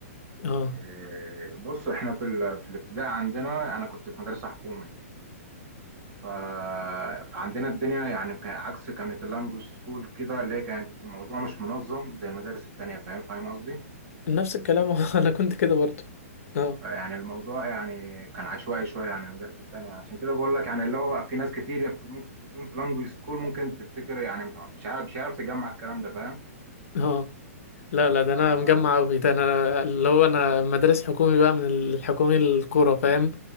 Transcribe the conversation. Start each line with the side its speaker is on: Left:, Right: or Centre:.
Left: اه
Right: إيه، بص احنا في ال... في الابتدائي عندنا انا كنت في مدرسه حكومي ف... فعندنا الدنيا يعني كان عكس كانت اللانجوج سكول كده اللي هي كانت الموضوع مش منظم زي المدارس التانية فاهم فاهم قصدي
Left: نفس الكلام <laughs> أنا كنت كده برضو اه
Right: يعني الموضوع يعني كان عشوائي شويه عن المدارس التانية عشان كده بقول لك يعني اللي هو في ناس كتير في- ممكن تكون في لانجوج سكول ممكن تفتكر يعني مش مش عارف مش عارف تجمع الكلام ده فاهم
Left: اه لا لا ده
Right: ف
Left: انا مجمع قوي ده انا اللي هو انا مدارس حكومي بقى من الحكومي الكوره فاهم